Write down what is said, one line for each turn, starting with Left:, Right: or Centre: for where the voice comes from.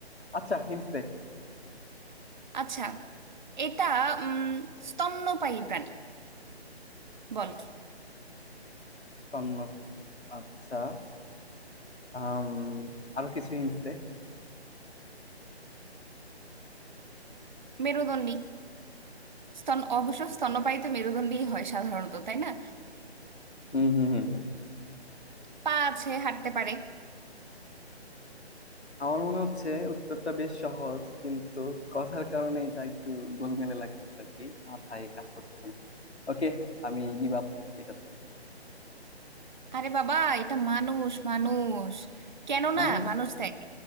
Left: আচ্ছা হিন্টস দে
Right: আচ্ছা এটা উম স্তন্যপায়ী প্রাণী বল কি
Left: তন্ন আচ্ছা আম, আরো কিছু হিন্টস দে
Right: মেরুদণ্ডী স্তন অবশ্য স্তন্যপায়ী তো মেরুদণ্ডী হয় সাধারণত তাই না
Left: হুম হুম হুম
Right: পা আছে হাঁটতে পারে
Left: আমার মনে হচ্ছে উত্তরটা বেশ সহজ কিন্তু কথার কারণে এটা একটু গোলমেলে লাগতেছে আর কি মাথায় কাজ করতেছে না ওকে আমি গিভ আপ এটাতে
Right: আরে বাবা এটা মানুষ মানুষ কেন
Left: মানুষ
Right: না মানুষ দেখ